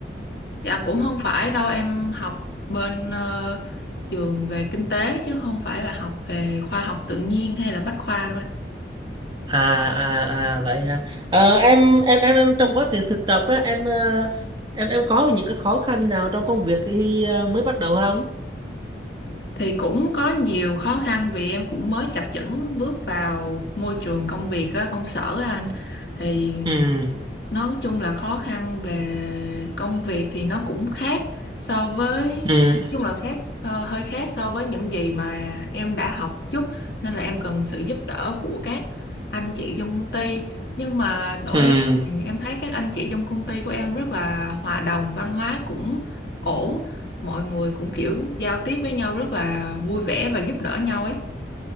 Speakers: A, on the left (about 60°); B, on the right (about 25°).
A: Dạ, cũng không phải đâu, em học bên, ơ, trường về kinh tế chứ không phải là học về khoa học tự nhiên hay là bách khoa đâu anh.
B: À, à, à, vậy hả? Ờ, em em em em trong quá trình thực tập á, em, ơ, em em có những cái khó khăn nào trong công việc khi, ơ, mới bắt đầu không
A: Thì cũng có nhiều khó khăn vì em cũng mới chập chững bước vào môi trường công việc á, công sở á anh. Thì
B: ừ
A: nói chung là khó khăn về công việc thì nó cũng khác so với
B: ừ
A: nói chung là khác ờ, hơi khác so với những gì mà em đã học một chút, nên là em cần sự giúp đỡ của các anh chị trong công ty. Nhưng mà đổi
B: ừ
A: lại, ừm, em thấy các anh chị trong công ty của em rất là hòa đồng, văn hóa cũng ổn. Mọi người cũng, kiểu, giao tiếp với nhau rất là vui vẻ và giúp đỡ nhau ấy.